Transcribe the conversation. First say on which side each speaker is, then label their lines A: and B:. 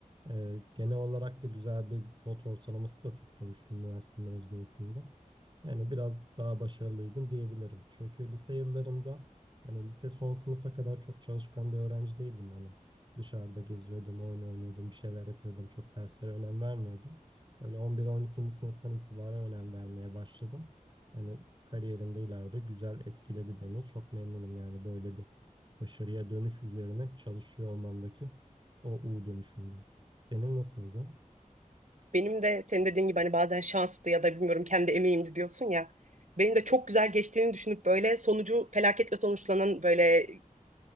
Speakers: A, on the right; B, on the right.
A: Ee, genel olarak da güzel bir not ortalaması da tutturmuştum üniversite mezuniyetimde. Yani biraz daha başarılıydım diyebilirim. Çünkü lise yıllarımda hani lise son sınıfa kadar çok çalışkan bir öğrenci değildim. Hani dışarıda geziyordum, oyun oynuyordum, bir şeyler yapıyordum. Çok derslere önem vermiyordum. Böyle 11-12. sınıftan itibaren önem vermeye başladım. Hani kariyerimde ileride güzel etkiledi beni. Çok memnunum yani böyle bir başarıya dönüş üzerine çalışıyor olmamdaki o U dönüşümden. Senin nasıldı?
B: Benim de senin dediğin gibi hani bazen şanstı ya da bilmiyorum kendi emeğimdi diyorsun ya. Benim de çok güzel geçtiğini düşünüp böyle sonucu felaketle sonuçlanan böyle